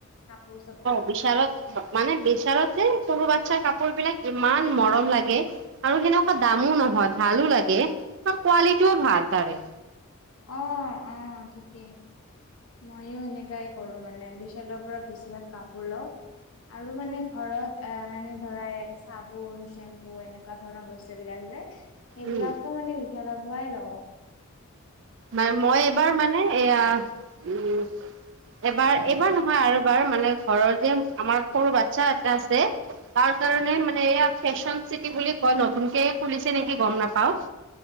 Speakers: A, on the left; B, on the right.
A: কাপোৰ চাপোৰ।
B: বিচাৰত মানে বিচাৰত যে সৰু বাচ্ছাৰ কাপোৰ বিলাক ইমান মৰম লাগে আৰু সেনেকোৱা দামো নহয় ভালো লাগে কাৰ কোৱালিটিও ভাল তাৰে।
A: অ অ ঠিকেই। ময়ো এনেকাই কৰো মানে বিশালৰ পৰা বেছিভাগ কাপোৰ লও আৰু মানে ঘৰত অ মানে ধৰা এ চাবোন চেম্পু এনে কোৱা ধৰণৰ বস্তুবিলাক যে সেইবিলাকো
B: উম
A: মানে বিশালৰ পৰাই লও।
B: মানে মই এইবাৰ মানে এয়া উম এবাৰ এইবাৰ নহয় আৰু এবাৰ মানে ঘৰত যে আমাৰ সৰু বাচ্ছা এটা আছে তাৰ কাৰণে মানে এয়া ফেশ্বন চিটি বুলি কয় নতুনকে খুলিছে নেকি গম নাপাও